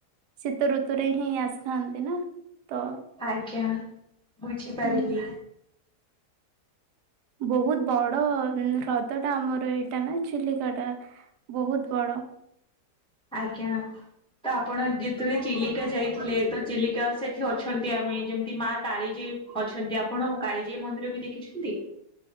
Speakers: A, on the right; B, in the centre.
A: ଶୀତ ଋତୁରେ ହିଁ ଆସିଥାନ୍ତି ନା ତ?
B: ଆଜ୍ଞା ବୁଝିପାରିଲି।
A: ଉଁ ବହୁତ ବଡ ହ୍ରଦ ଟା ଆମର ଏଇଟା ନା ଚିଲିକା ଟା ବହୁତ ବଡ।
B: ଆଜ୍ଞା। ତ ଆପଣ ଯେତେବେ ଚିଲିକା ଯାଇଥିଲେ ତ ଚିଲିକା ସେଠି ଅଛନ୍ତି ଆମେ ଯେମିତି ମା କାଳିଜୀ ଅଛନ୍ତି ଆପଣ କାଳିଜାଈ ମନ୍ଦିର ବି ଦେଖିଛନ୍ତି?